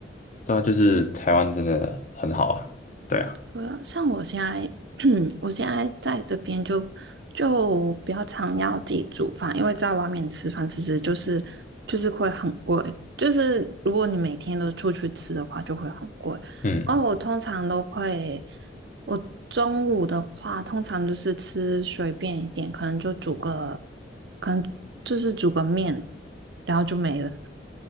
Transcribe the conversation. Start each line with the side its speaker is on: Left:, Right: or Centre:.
Left: 对啊，就是台湾真的很好啊。对啊，
Right: 对啊，像我现在，<clears throat> 我现在在这边就就比较常要自己煮饭，因为在外面吃饭其实就是就是会很贵，就是如果你每天都出去吃的话，就会很贵。
Left: 嗯，
Right: 然后我通常都会，我中午的话通常就是吃随便一点，可能就煮个，可能就是煮个面，然后就没了。<laughs>